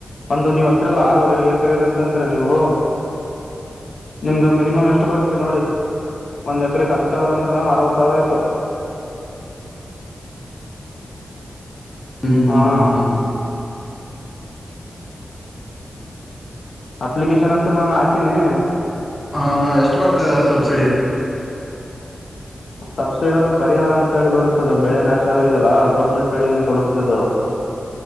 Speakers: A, on the left; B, on the left.
A: ಅಂದು ನೀವ್ ಅಂತರಿಲ್ಲ ಆರೂವರೆ ಎಕರೆದ ಅಂತ ಅಂತರ ನೀವು. ನಿಮ್ಗ ಮಿನಿಮಮ್ ಎಷ್ಟು ಬರುತ್ತೆ ನೋಡಿ. ಒಂದ್ಕೆ ಹತ್ಸಾವಿರ ಅಂದ್ರನ ಅರವತ್ ಸಾವಿರ ಆಯ್ತು.
B: ಹ್ಮ್ ಹ್ಮ್
A: ಹಾಂ
B: ಹ್ಮ್ ಹ್ಮ
A: ಅಪ್ಲಿಕೇಶನ್ ಅಂತ ನಾನು ಹಾಕೀನಿ.
B: ಹಾ ಹಾ ಎಷ್ಟು ಬರ್ತದ ಸಬ್ಸಿಡಿ?
A: ಸಬ್ಸಿಡಿ ಅಲ್ಲ ಪರಿಹಾರ ಅಂತೇಳಿ ಬರುತ್ತದೆ ಬೆಳೆ ನಾಶವಾಗಿದಲ್ಲಾ ಗೋರ್ಮೆಂಟ್ ಕಡೆಯಿಂದ ಕೊಡುತ್ತದು.